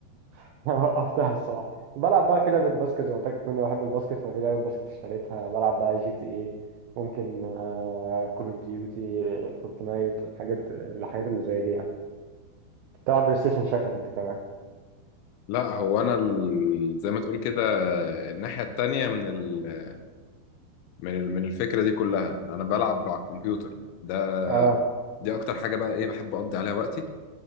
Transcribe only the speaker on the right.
<laughs> وقفتها الصراحة وبلعب بقى في لعبة باسكت زي ما قلت لك كنت بحب الباسكت ففي لعبة باسكت اشتريتها بلعب بقى جي تي ايه ممكن كول اوف ديوتي فورتنايت الحاجات الحاجات اللي زي دي يعني تلعب بلاي ستيشن شكلك انت كمان
اه